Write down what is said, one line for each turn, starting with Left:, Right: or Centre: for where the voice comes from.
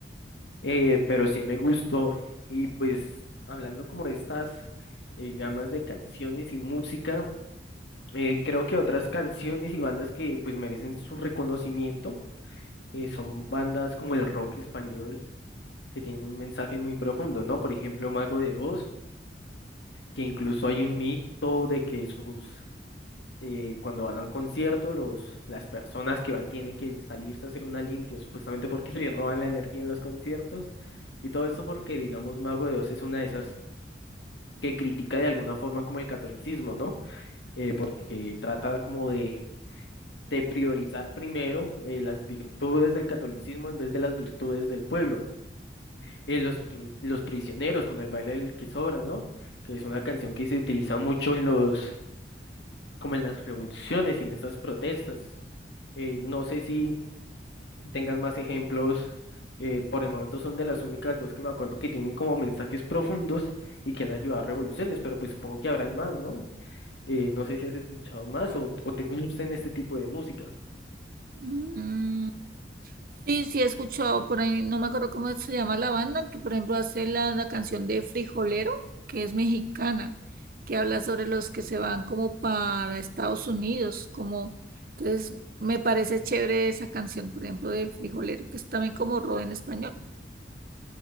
Left: eh, pero sí me gustó. Y pues, hablando como de estas eh, gamas de canciones y música. Eh, creo que otras canciones y bandas que pues merecen su reconocimiento eh, son bandas como el rock español, que tienen un mensaje muy profundo, ¿no? Por ejemplo, Mago de Oz, que incluso hay un mito de que sus, eh, cuando van a un concierto, los, las personas que van tienen que salirse a hacer una limpia, supuestamente porque <laughs> le roban la energía en los conciertos, y todo esto porque, digamos, Mago de Oz es una de esas que critica de alguna forma como el catolicismo, ¿no? eh, porque trata como de de priorizar primero eh, las virtudes del catolicismo en vez de las virtudes del pueblo. Eh, los, prim- los prisioneros con el baile del que sobra, ¿no? Que es una canción que se utiliza mucho en los, como en las revoluciones y en estas protestas. Eh, no sé si tengas más ejemplos. eh, por el momento son de las únicas dos que me acuerdo que tienen como mensajes profundos y que han ayudado a revoluciones, pero pues supongo que habrán más, ¿no? Eh, no sé si has escuchado más o, o te gusten este tipo de música.
Right: Mm. Sí, sí, he escuchado por ahí, no me acuerdo cómo se llama la banda, que por ejemplo hace la, la canción de Frijolero, que es mexicana, que habla sobre los que se van como para Estados Unidos, como, entonces me parece chévere esa canción, por ejemplo, de Frijolero, que es también como rock en español.